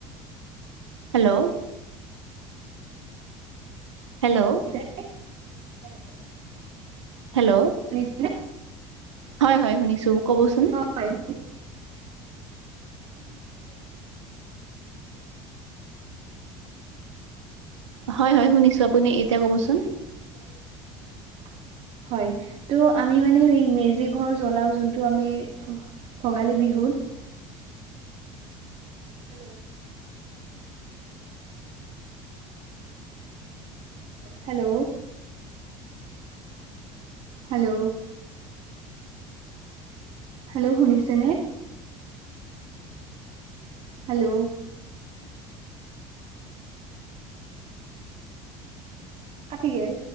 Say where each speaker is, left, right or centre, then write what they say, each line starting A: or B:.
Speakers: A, on the right; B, on the right.
A: hello. hello.
B: <unintelligible>
A: Hello.
B: <unintelligible>
A: হয় হয় শুনিছো ক'বচোন।
B: হয়।
A: <unintelligible> হয় হয় শুনিছো আপুনি এতিয়া কবচোন।
B: <unintelligible> হয় ত আমি মানে মেজি ঘৰ জ্বলাও যোনটো আমি ভোগালী বিহুত। হেল্ল'। হেল্ল'। হেল্ল'। হেল্ল' শুনিছে নে? হেল্ল'। কাতিগেল।